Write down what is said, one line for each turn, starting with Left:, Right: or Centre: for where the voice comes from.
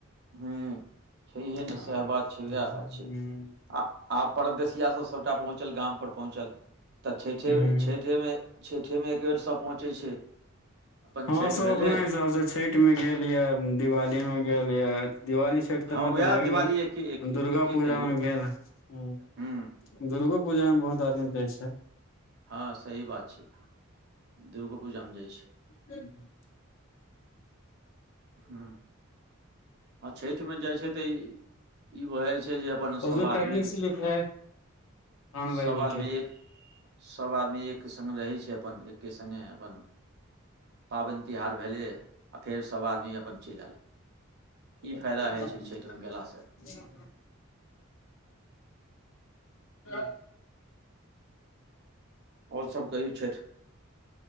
Right: हुं छैहये
Left: हूँ
Right: नै साएह बात छै, वाएह बात छै। आ आब परदेशिया सब सबटा पहुँचल, गाम पर पहुँचल। तऽ छैठे,
Left: हूँ
Right: छैठे मे छैठे मे एक बेर सब पहुँचै छै। अपन
Left: हां
Right: छठि
Left: सब
Right: भेलै
Left: अपना हिसाब से छैठ मे गेल या, दिवाली मे गेल या, दिवाली छैठ
Right: हँ
Left: त मे
Right: उएह
Left: तऽ भए
Right: दिवाली
Left: गेल,
Right: एके एके
Left: दुर्गा
Right: एके
Left: पूजा
Right: कहियौ
Left: मे गेल हे हुं।
Right: हूँ
Left: दुर्गो पूजा मे बहुत आदमी जाय छै।
Right: हां सही बात छै, दुर्गो पूजा मे जाय छै।
Left: हुं।
Right: ह, आ छइठमे जाइ छै तऽ ई ई भ जाय छै जे अपन सभ
Left: उसमे
Right: आदमी
Left: पैकिंग
Right: र
Left: स्लिप है ऑन
Right: सब
Left: बाइ डिटेल
Right: आदमी एक सब आदमी एके संगे रहैय छै अपन के संगे अपन पाबैइन तिहार भेलै आर फेर सब आदमी अपन चइल आयल।
Left: <unintelligible>
Right: ई फायदा होइ छै छठि मे गेलासँ
Left: ह
Right: आओर सब कहियौ छथि